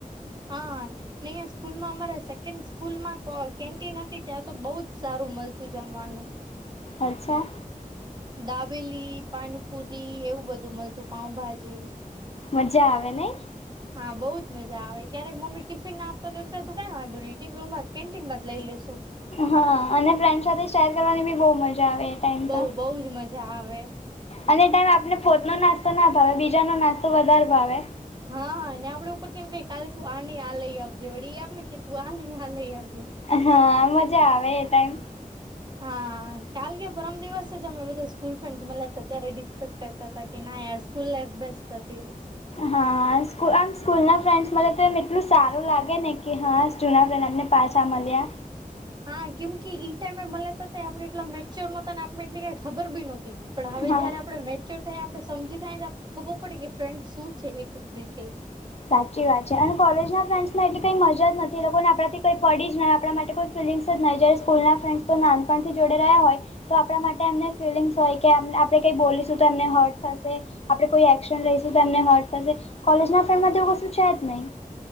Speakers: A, on the right; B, on the left.
A: હા. નહી આ સ્કૂલમાં અમારે સેકન્ડ સ્કૂલમાં તો કો કેન્ટિન હતી ત્યાં તો બહુજ સારું મલતું જમવાનું. <inaudible>
B: અચ્છા.
A: દાબેલી પાનપુરી એવું બધું મલતું પાઉભાજી.
B: મજા આવે નઈ?
A: હા બઉુજ મજા આવે ક્યારેક મમ્મી ટિફિન ના આપતો જો તું કઈ વાંધો નહીં ટિફિનમા જ કેન્ટીન માં જ લઈ લેશુ.
B: હા અને ફ્રેન્ડ સાથે શેર કરવાની બી બૌ મજા આવે. ટાઈમ
A: બઉ
B: તો
A: બઉ જ મજા આવે.
B: અને એ ટાઈમ આપને પોતનો નાસ્તો ના ભાવે બીજાનો નાસ્તો વધારે ભાવે.
A: હા ને આપડે ઉપરથી એમ કઈએ કાલે તું આ નહી આ લઈ આવ જે વડી આપ ને કે તું આ નહી આ લઈ આવજે.
B: હા, મજા આવે એ ટાઈમ.
A: હા, કાલ કે પરમ દિવસેજ અમે બધા સ્કૂલ ફ્રેન્ડ મલ્યા હતા ત્યારે ડિસ્કસ કરતા તા કે ના યાર સ્કૂલ લાઇફ બેસ્ટ હતી.
B: હાસ સ્કુ આમ સ્કૂલના ફ્રેન્ડ્સ મલે તો એમ એટલું સારું લાગેને કે હાસ જૂના ફ્રેન્ડ આપણે પાછા મલ્યા.
A: હા કેમ કે ઈ ટાઈમે મલે તો તે આપડે એટલા મેચ્યોર નહોતા ને આપણે એટલી કઈ ખબર બી નહોતી. પણ હવે
B: હા
A: જ્યારે આપડે મેચ્યોર થાય આપણે સમજું થયા તૈયા ખબર પડે ફ્રેન્ડ શું છે એક રીતે.
B: સાચી વાત છે. અને કોલેજ ના ફ્રેન્ડ્સમાં એટલી કઈ મજા જ નથી લોકોને આપણાથી કઈ પડી જ આપણા માટે કોઈ ફિલિંગ્સ જ નહી જાય સ્કૂલ ના ફ્રેન્ડ તો નાનપણથી જોડે રહ્યા હોય તો આપણા માટે એમને ફિલિંગ્સ હોય કે એમને આપણે કંઈ બોલીશું તો એમને હર્ટ થશે. આપડે કોઈ એકશન લઈશું તો એમને હર્ટ થશે કોલેજ ના ફ્રેન્ડ મા તો એવું કશું છેજ નહી.